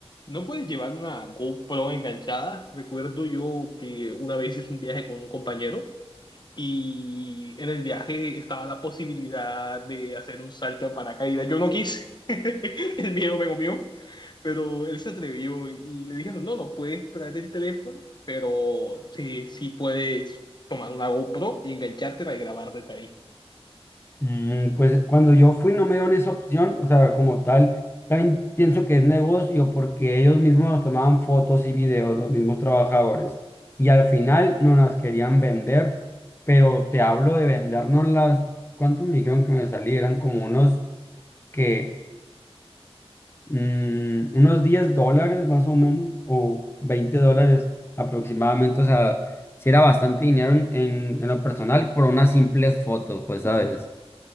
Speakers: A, on the left; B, on the left.
A: ¿No puedes llevar una GoPro enganchada? Recuerdo yo que una vez hice un viaje con un compañero. y en el viaje estaba la posibilidad de hacer un salto de paracaídas. Yo no quise, <laughs> el miedo me comió, pero él se atrevió y le dijeron, no, no puedes traer el teléfono, pero sí, sí puedes tomar una GoPro y enganchártela y grabar desde ahí.
B: Mm, pues cuando yo fui no me dieron esa opción, o sea, como tal, también pienso que es negocio porque ellos mismos nos tomaban fotos y videos, los mismos trabajadores, y al final no las querían vender, pero te hablo de vendernos las, ¿cuánto me dijeron que me salieran? Como unos que mm, unos 10 dólares más o menos, o 20 dólares aproximadamente, o sea, si era bastante dinero en, en, en lo personal por unas simples fotos, pues, ¿sabes?